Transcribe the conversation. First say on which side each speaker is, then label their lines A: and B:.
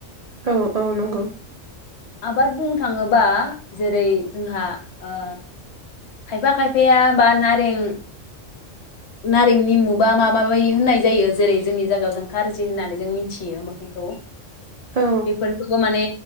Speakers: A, on the right; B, on the left.
A: औ औ नंगौ
B: आबाद बुंनो थाङोबा जेरै जोंहा ओ खायफा खायफाया बा नारें नारें निमु बा माबा माबि होननाय जायो जेरै जोंनि जागायाव जों खारजि होननानै जों मिथियो मोखैखौ
A: औ
B: बेफोरखौबो माने